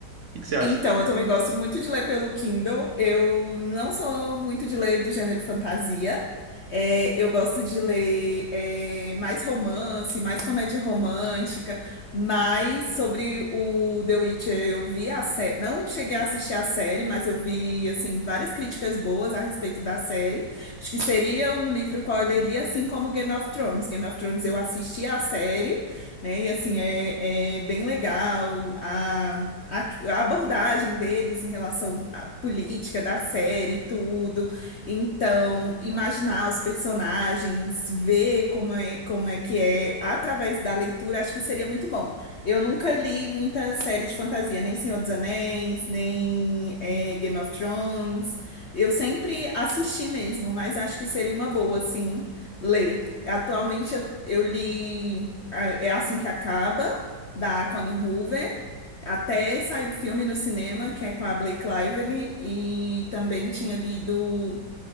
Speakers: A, on the right; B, on the left.
A: que que você acha?
B: Então, eu também gosto muito de ler pelo Kindle. Eu não sou muito de ler do gênero fantasia. É, eu gosto de ler é, mais romance, mais comédia romântica, mais sobre o The Witcher. Eu vi a série, não cheguei a assistir a série, mas eu vi assim várias críticas boas a respeito da série. Acho que seria um livro qual eu leria, assim como Game of Thrones. Game of Thrones eu assisti a série né? E assim, é, é bem legal a, a, a abordagem deles em relação à política da série e tudo. Então, imaginar os personagens, ver como é, como é que é através da leitura, acho que seria muito bom. Eu nunca li muita série de fantasia, nem Senhor dos Anéis, nem é, Game of Thrones. Eu sempre assisti mesmo, mas acho que seria uma boa, assim, ler. Atualmente eu eu li. É é Assim que Acaba, da Colleen Hoover. Até saiu o filme no cinema, que é com a Blake Lively. E também tinha lido